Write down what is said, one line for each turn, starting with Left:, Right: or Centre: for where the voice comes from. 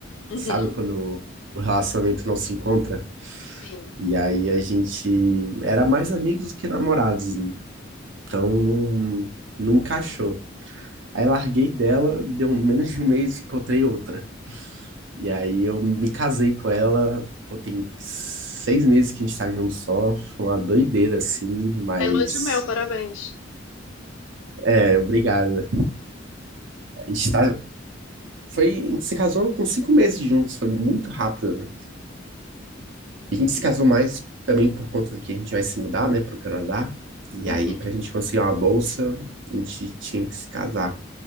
Left: Uhum,
Right: Sabe quando o relacionamento não se encontra?
Left: sim.
Right: E aí a gente era mais amigos do que namorados, então não, não encaixou. Aí larguei dela, deu menos de um mês, encontrei outra. E aí eu me casei com ela, pô, tem seis meses que a gente tá junto só, foi uma doideira assim, mas
Left: Tá em lua de mel, parabéns.
Right: é, obrigado. A gente tá, Foi, a gente se casou com cinco meses juntos, foi muito rápido, né? a gente se casou mais também por conta de que a gente vai se mudar, né, pro Canadá. E
Left: Uhum,
Right: aí, pra gente conseguir uma bolsa, a gente tinha que se casar.